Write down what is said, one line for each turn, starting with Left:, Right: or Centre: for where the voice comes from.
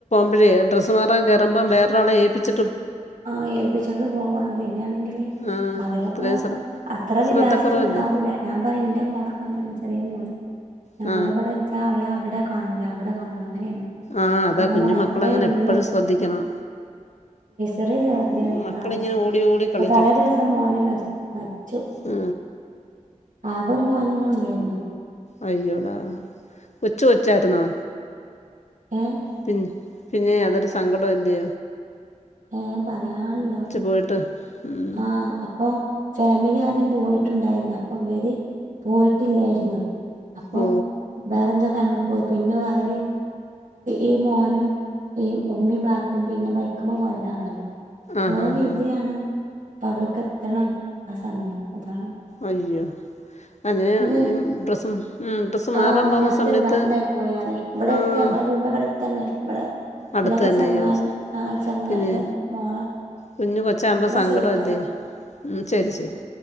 Left: മ്പഴേ ഡ്രസ് മാറൻ കേറുമ്പം വേറെരാളെ ഏപ്പിച്ച
Right: ആഹ ഏൽപ്പിച്ചിട്ട് പോവണം പിന്നൊയല്ലേങ്കില്
Left: ആ
Right: അവരൊക്കെ
Left: അത്രയും ശ്ര
Right: അത്ര
Left: ശ്രദ്ധക്കുറവല്ലേ
Right: വിചാരിച്ചിട്ടുണ്ടാവൂല്ല ഞാൻ പറയും എന്റെ മോളൊക്കെ അങ്ങനണ് ചെറിയ മോള് നമ്മളിവിടെ
Left: ആ
Right: വെച്ച അവള് അവിടെ കാണൂല അവിടെ കാണും അങ്ങനെയാണ്
Left: ആഹ
Right: അപ്പൊ
Left: അതാ
Right: ഞാൻ
Left: കുഞ്ഞു
Right: പറയാ
Left: മക്കളെ
Right: അത്രേ
Left: അങ്ങനെ
Right: ഉള്ളൂ
Left: എപ്പോഴും ശ്രദ്ധിക്കണം
Right: ചെറിയ ചേർത്തിയാണ്
Left: ഉം,
Right: ഈ
Left: മക്കളിങ്ങനെ
Right: പ്രാവശ്യം
Left: ഓടി ഓടി
Right: ഇപ്പൊ
Left: കളിക്കും
Right: തലേ ദിവസം മോന് മരിച്ചു
Left: ആ
Right: ആകെ ഒരു മോനല്ലേ ഉണ്ടായിരുന്നു
Left: അയ്യോടാ കൊച്ചുകൊച്ച് ആയിരുന്നൊ
Right: ഏ
Left: പിന്നെ പിന്നെ അതൊരു സങ്കടവല്ലെ
Right: ഏ പറയാനുണ്ടോ
Left: പോയിട്ട് ഉം
Right: ആ അപ്പൊ ഫാമിലി ആദ്യം പോയിട്ടുണ്ടായിരുന്നു അപ്പൊ ഇവര് പോയിട്ടില്ലായിരുന്നു അപ്പൊ
Left: ഓ
Right: വേറെന്തോ യി പിന്നെ അവര് ഈ മോനും ഈ ഉമ്മയും ബാപ്പിയും പിന്നെ ബൈക്ക മ്മ പോയതാണല്ലോ
Left: ആഹ്
Right: പുറെ
Left: ആഹ്
Right: വിതിയാണ്
Left: ആഹ്
Right: അപ്പൊ അവിടക്ക എത്തണം ആ സമയം അതാണ്
Left: അയ്യോ അങ്ങനെ
Right: ഏ
Left: ഡ്രസ്സും ഉം ഡ്രസ്സ്
Right: ആഹ്
Left: മാറാൻ
Right: വല്ലാത്തൊരു
Left: പോകുന്ന സമയത്ത്
Right: മരണായി പോയി ആറേ ഇവിടെ
Left: ആഹ്
Right: എടുത്ത് ഞങ്ങളെ വീടിന്റ തന്നെ ഇടെ
Left: അടുത്ത്
Right: ഇലൊക്കെ
Left: തന്നെ
Right: ചങ്ങായി
Left: അയ്യോ
Right: ആ ചങ്ങായിന്റ
Left: പിന്നെ
Right: മോള
Left: കുഞ്ഞ് കൊച്ചാകുമ്പോ
Right: എന്നാ
Left: സങ്കടമല്ലേ
Right: ശരീട്ടാ
Left: ഉം ശരി ശരി